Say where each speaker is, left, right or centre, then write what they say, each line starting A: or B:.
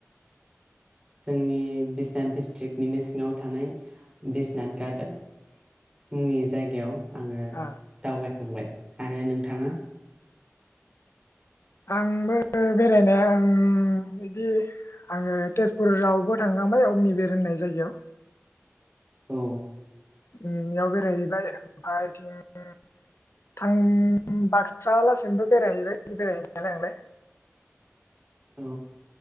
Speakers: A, on the right (about 20°); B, on the left (about 60°).
A: जोंनि बिसनाथ डिस्ट्रिक्निनो सिङाव थानाय बिसनाथ गाट मुंनि जायगायाव आङो
B: आ
A: दावबाय थांबाय आरो नोंथाङा।
B: आंबो बेरायनाया उम बिदि आङो तेजपुरावबो थांखांबाय अमनि बेर होननाय जायगायाव
A: औ।
B: उम बेयाव बेरायहैबाय ओमफाय बिथिं थां बाक्सा लासिमबो बेरायहैबाय बेरायहैनायालाय आंलाय
A: औ।